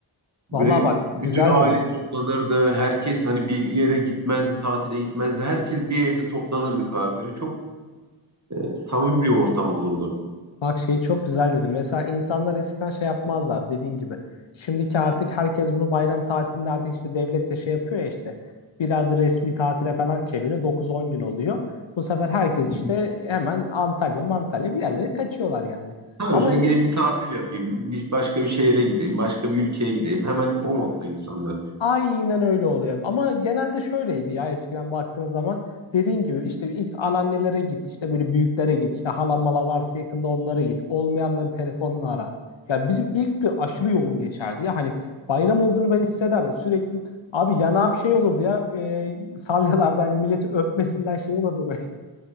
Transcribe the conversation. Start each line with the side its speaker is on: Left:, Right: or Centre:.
Right: Böyle
Left: Vallahi bak
Right: bütün
Left: güzel
Right: aile
Left: dedin.
Right: toplanırdı. Herkes hani bir yere gitmezdi, tatile gitmezdi. Herkes bir evde toplanırdık abi. Böyle çok e, samimi bir ortam olurdu.
Left: Bak şey çok güzel dedin. Mesela insanlar eskiden şey yapmazlar dediğin gibi. Şimdiki artık herkes bunu bayram tatilinde artık işte devlet de şey yapıyor ya işte. Biraz da resmi tatile falan çeviriyor. 9-10 gün oluyor. Bu sefer herkes işte
Right: Hı hı.
Left: hemen Antalya, Mantalya bir yerlere kaçıyorlar yani.
Right: Ha
Left: Ama
Right: hocam gideyim bir tatil yapayım. Bir, başka bir şehire gideyim. Başka bir ülkeye gideyim. Hemen o modda insanlar.
Left: Aynen öyle oluyor. Ama genelde şöyleydi ya eskiden baktığın zaman dediğin gibi işte bir ilk anneannelere git işte böyle büyüklere git işte halam mala varsa yakında onlara git olmayanları telefonla ara. Ya bizim ilk gün aşırı yoğun geçerdi ya hani bayram olduğunu ben hissederdim sürekli abi yanağım şey olurdu ya e, salyalardan milleti öpmesinden şey olurdu böyle.